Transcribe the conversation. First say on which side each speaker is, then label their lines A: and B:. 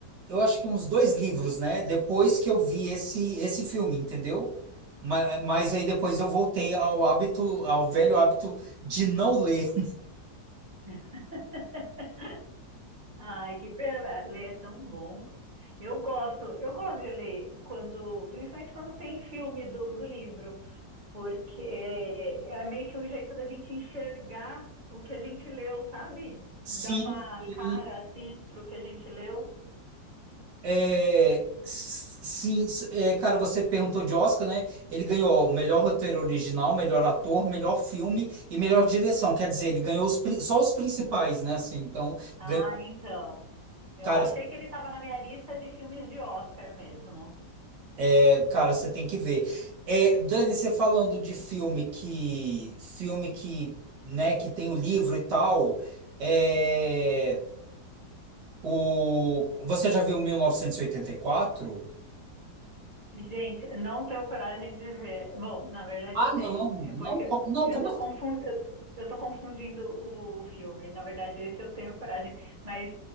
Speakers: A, on the right; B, on the right.
A: eu acho que uns dois livros, né? Depois que eu vi esse esse filme, entendeu? Mas, mas aí depois eu voltei ao hábito, ao velho hábito de não ler.
B: <laughs> Ai, que pena, ler é tão bom. Eu gosto, eu gosto de ler quando, principalmente quando tem filme do, do livro, porque é meio que um jeito da gente enxergar o que a gente leu, sabe?
A: <laughs> Sim,
B: Dá uma
A: sim.
B: cara assim pro que a gente leu.
A: É, sim, s- é, cara, você perguntou de Oscar, né? Ele ganhou melhor roteiro original, melhor ator, melhor filme e melhor direção. Quer dizer, ele ganhou os pri- só os principais, né? Assim, então,
B: Ah,
A: ganha-
B: então. Eu
A: cara,
B: achei que ele estava na minha lista de filmes de Oscar mesmo.
A: é, cara, você tem que ver. É, Dani, você falando de filme que, filme que, né, que tem o livro e tal. é, o, você já viu mil novecentos e e oitenta e quatro
B: Gente, eu não tenho coragem de ver. Bom, na verdade
A: Ah,
B: eu tenho.
A: não,
B: É
A: não,
B: porque
A: co- não,
B: eu
A: como?
B: tô
A: assim?
B: confundindo, eu eu tô confundindo o filme. Na verdade, esse eu tenho coragem, mas